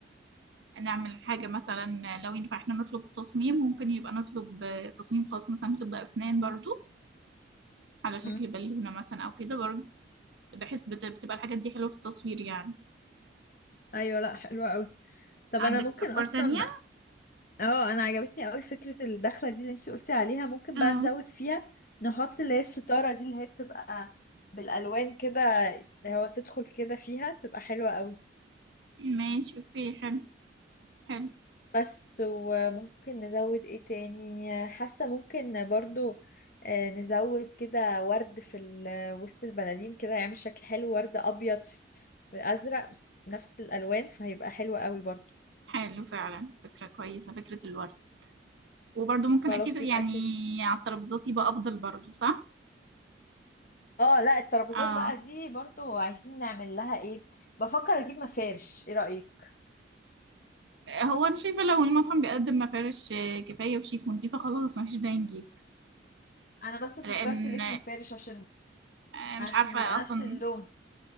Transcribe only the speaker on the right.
نعمل حاجة مثلا لو ينفع احنا نطلب تصميم ممكن يبقى نطلب تصميم خاص مثلا طب أسنان برضو على شكل
بالونة مثلا أو كده برضو بحيث بت- بتبقى الحاجات دي حلوة في التصوير يعني
عندك
أفكار
تانية؟
اه
ماشي اوكي حلو حلو
حلو فعلا فكرة كويسة فكرة الورد وبرضه ممكن
أكيد يعني
على الترابيزات يبقى أفضل برضه صح؟
اه
هو أنا شايفة لو المطعم بيقدم مفارش آه، كفاية وشيك ونضيفة خلاص مفيش داعي نجيب
لأن
آه،
مش عارفة
أصلا